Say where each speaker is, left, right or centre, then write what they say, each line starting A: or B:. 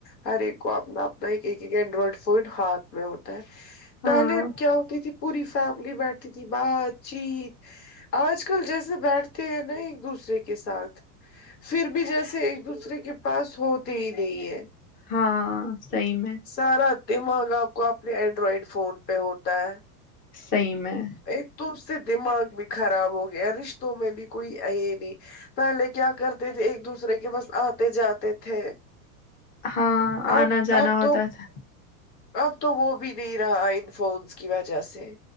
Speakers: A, on the left; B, on the left.
A: ہر ایک کو اپنا اپنا ایک ایک ایک اینڈرائڈ فون ہاتھ میں ہوتا ہے
B: ہاں
A: پہلے کیا ہوتی تھی پوری فیملی بیٹتی تھی بات چیت آج کل جیسے بیٹھتے ہیں نا ایک دوسرے کے ساتھ پھر بھی جیسے ایک دوسرے کے پاس ہوتے ہی نہیں ہے
B: ہاں سحی میں
A: سارا دماغ آپ کو اپنے اینڈرائڈ فون پہ ہوتا ہے
B: صی میں
A: ایک تو اس سے دماغ بھی خراب ہو گیا رشتوں میں بھی کوئی ای نہیں پہلے کیا کرتے تھے ایک دوسرے کے بس آتے جاتے تھے
B: ہاں آنا
A: اب
B: جانا
A: اب تو
B: ہوتا تھا
A: اب تو وہ بھی نہیں رہا ان فونس کی وجہ سے